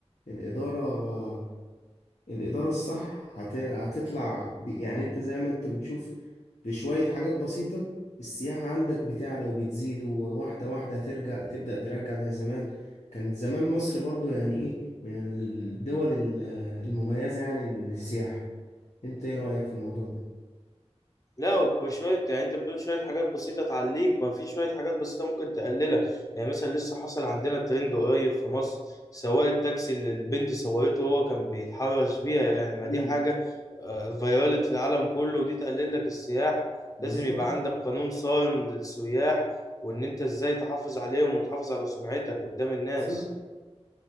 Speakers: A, on the left (about 80°); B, on the left (about 30°).
A: الإدارة آه، الإدارة الصح هت- هتطلع ب- يعني أنت زي ما أنت بتشوف بشوية حاجات بسيطة السياحة عندك بتعلى وبتزيد وواحدة واحدة ترجع تبدأ ترجع زي زمان كان زمان مصر برضو يعني ايه من الدول ال- المميزة يعني للسياحة انت ايه رأيك في الموضوع ده؟
B: لا وشوية يعني انت بتقول شوية حاجات بسيطة تعليك ما في شوية حاجات بسيطة ممكن تقللك يعني مثلا لسه حصل عندنا ترند قريب في مصر سواق التاكسي اللي البنت صورته وهو كان بيتحرش بيها يعني ما
A: مم.
B: دي حاجة آه، فيرالت في العالم كله ودي تقلل لك السياح
A: بالظبط
B: لازم يبقى عندك قانون صارم للسياح وان انت ازاي تحافظ عليهم وتحافظ على سمعتك قدام الناس
A: بالظبط